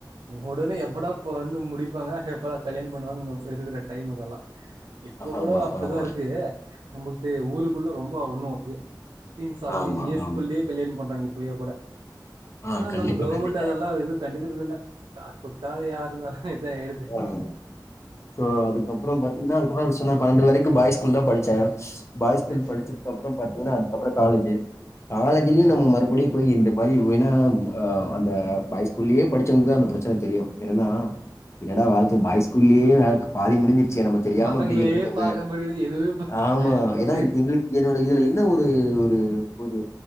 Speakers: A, on the right; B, on the left.
A: ஒடனே எப்படா பொடலாணு முடிக் இருப்பாங்க ஹே பபபோல்லாம் கல்யாண பண்ணுவாங்க இருக்கக்ஷ டைம் அதெல்லா ஆ இப்ப கூடோ
B: ஆமா,
A: அப்டிதான்
B: ஆமா,
A: இருக்கு நம்மளுக்கு தெரியும் ஊருக்குள்ள ரொம்ப ஒண்ணும் அப்டியே டீம் சவுண்டு
B: ஆமா,
A: நீயே <unintelligible>
B: ஆமா.
A: பண்றாங்க பொய்யா கூட
B: ஆ
A: ஆனா
B: கண்டிப்பா,
A: நம்ம கவர்மெண்ட்
B: கண்டிப்பா.
A: அதெல்லாம் எதும் கண்டுக்குறது இல்ல காஸ் குடுத்தா யாரு இருந்தாலும் இதான் ஆய்டுது
B: ஆ. சோ அதுக்கப்புறம் பாத்தீங்கன்னா அதுக்கப்புற சொன்னா பன்னெண்டு வரைக்கும் பாய் ஸ்கூல் தான் படுச்சே பாய் ஸ்கூல்
A: சரி, சரி.
B: படுச்சதுக்கப்புறம் பாத்தீங்கன்னா அப்புறம் காலேஜ் காலேஜுலயும்
A: ஓகே.
B: நம்ம மறுபடியும் போய் இந்த மாதிரி வின்னா ஆஹ் அந்த பாய் ஸ்கூல்லயே படிச்சவங்களுக்குதான் அந்த பிரச்சனை தெரியும் என்னன்னா என்னடா வாழ்க்க பாய் ஸ்கூல்லயே அஹ் பாதி முடுஞ்சது ச்ச நம்ம தெரியாம
A: பசங்களே
B: இப்டி இருந்துட்டோமே
A: பாக்க முடியுது. எதுவுமே ப
B: ஆமா
A: அப்படி
B: ஏன்னா எங்களுக்கு என்னோட இதுல என்ன ஒரு து ஒரு